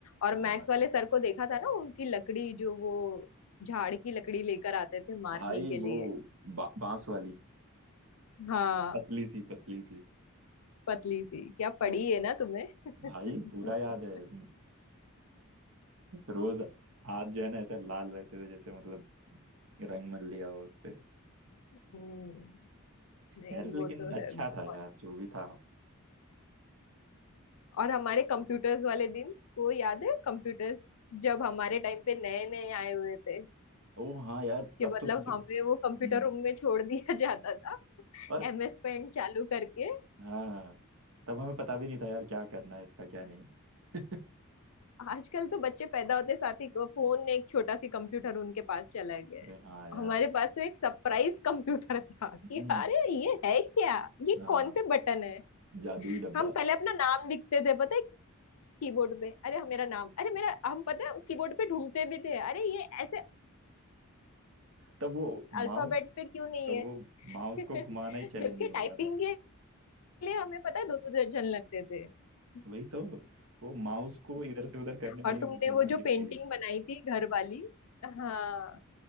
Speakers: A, on the left (about 75°); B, on the right (about 65°).
A: और
B: हाँ
A: मैथ्स वाले सर को देखा था ना उनकी लकड़ी जो वो झाड़ की लकड़ी लेकर आते थे मारने
B: भाई
A: के लिए
B: वो बा, बांस वाली
A: हाँ
B: पतली सी पतली सी
A: पतली सी क्या
B: ओ
A: पड़ी है ना तुम्हें
B: भाई
A: <laughs>
B: पूरा याद है रोज हाथ जो है ना ऐसे लाल रहते थे जैसे मतलब रंग मल लिया हो उस पे
A: हम्म नहीं
B: यार
A: वो
B: लेकिन
A: तो
B: अच्छा
A: है बहुत
B: था यार जो भी था
A: और हमारे कंप्यूटर्स वाले दिन वो याद है कंप्यूटर्स जब हमारे टाइम पे नए नए आए हुए थे
B: ओ हाँ यार
A: कि
B: तब
A: मतलब
B: तो किसी
A: हमें
B: को
A: वो
B: हम्म
A: कंप्यूटर रूम में छोड़ दिया जाता था
B: और
A: एमएस पेंट चालू करके
B: हाँ हाँ, तब हमें पता भी नहीं था यार क्या करना है इसका क्या नहीं <laughs>
A: आजकल तो बच्चे पैदा होते साथ ही को- फोन ने एक छोटा सी कंप्यूटर उनके पास चला गया
B: अरे
A: है
B: हाँ यार
A: हमारे पास तो एक सरप्राइज कंप्यूटर था कि
B: हम्म
A: अरे ये है क्या ये
B: हाँ
A: कौन से बटन है
B: जादुई डब्बा
A: हम पहले अपना नाम लिखते थे पता है कीबोर्ड पे अरे मेरा नाम अरे मेरा हम पता है कीबोर्ड पे ढूंढते भी थे अरे ये ऐसे
B: तब वो
A: अल्फाबेट
B: माउस
A: पे क्यों नहीं
B: तो
A: है
B: वो माउस
A: <laughs>
B: को घुमाना ही चैलेंजिंग
A: जबकि
B: होता
A: टाइपिंग
B: था
A: के लिए हमें पता है दो दो दर्जन लगते थे <laughs>
B: वही तो वो माउस को इधर से उधर करने में
A: और
B: ही
A: तुमने
B: मतलब
A: वो
B: अजीब
A: जो पेंटिंग
B: फीलिंग
A: बनाई थी घर वाली हाँ